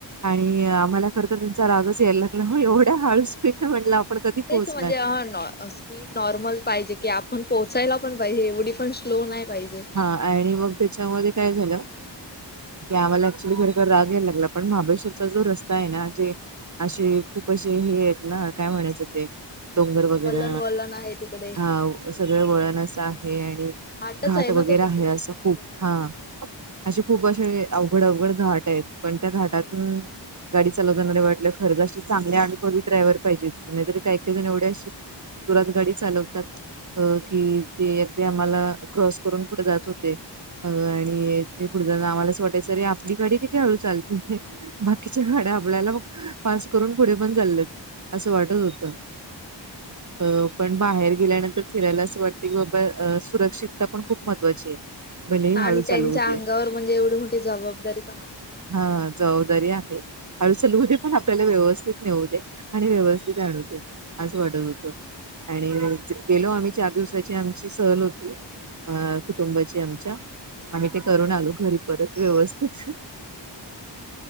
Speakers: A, on the right; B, on the left.
A: आणि आम्हाला खर तर त्यांचा रागच यायला लागला हो. एवढ्या हाळूस म्हटलं
B: हा
A: आपण कधी
B: तेच
A: पोहचणार?
B: <inaudible> स्पीड नॉर्मल पाहिजे की. आपण पोहोचायला पण पाहिजे. एवढी पण स्लो नाही पाहिजे.
A: हा आणि मग त्याच्यामध्ये काय झालं? की आम्हाला ऍक्च्युली खरतर राग यायला लागला. पण महाबळेश्वरचा जो रस्ता आहे ना? जे अशे खूप अशे हे आहेत ना? काय म्हणायचं ते? डोंगर वगैरा
B: वलन वलन आहे तिकडे
A: हा सगळं वळणस आहे. आणि
B: घाटच
A: घाट
B: ना
A: वगैरे
B: तो तिकडे
A: आहे असं
B: हो
A: खूप. हा.
B: घाट आहे
A: अशे खूप अशे अवघड अवघड घाट आहेत. पण त्या घाटातून
B: हो
A: गाडी चालवताणा ते वाटले. खरं तर अशी चांगले अनुभवी ड्रायव्हर पाहीजेत. नाहीतरी काही काही जण एवढे
B: हो हो
A: अशे जुरात गाडी चालवतात. अ कि ते अगदी आम्हाला क्रॉस करून पुढे जात होते. अ आणि ते पुढ जाताना आम्हालाच वाटायचं रे आपली गाडी किती हळू चालते?
B: हा हा
A: बाकीच्या गाड्या आपल्याला मग पास करून पुढे पण चाललेत. असं
B: हा
A: वाटत होतं. अ पण बाहेर गेल्यानंतर फिरायला असं वाटते की बाबा अ सुरक्षित <inaudible> ता पण खूप महत्वाची आहे.
B: <inaudible> तेच
A: भले
B: ना
A: हळू
B: आणि
A: चालवू
B: त्यांच्या
A: दे
B: अंगावर म्हणजे एवढी मोठी जबाबदारी पण <inaudible> असते ना सर्वांची.
A: हा जबाबदारी आहे. अळूचल पण आपल्याला व्यवस्थित नेऊ दे. आणि व्यवस्थित
B: हो
A: <inaudible> आणवते असं
B: तेच
A: वाटत होत आणि
B: त्यांना पण
A: गेलो आम्ही चार दिवसाची आमची सहल होती. अ कुटुंबाची आमच्या आम्ही ते करून आलो घरी परत व्यवस्थित.